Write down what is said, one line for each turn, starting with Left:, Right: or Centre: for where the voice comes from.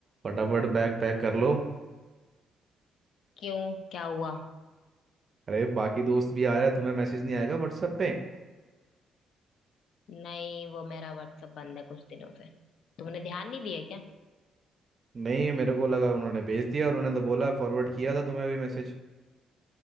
Right: फटाफट bag pack कर लो
Left: क्यों क्या हुआ
Right: अरे बाकी दोस्त भी आ रहा है तुम्हें मैसेज नहीं आएगा व्हाट्सएप पे
Left: नहीं वो मेरा व्हाट्सएप बंद है कुछ दिनों से तुमने ध्यान नहीं दिया क्या
Right: नहीं मेरे को लगा उन्होंने भेज दिया और उन्होंने तो बोला फॉरवर्ड किया था तुम्हें भी मैसेज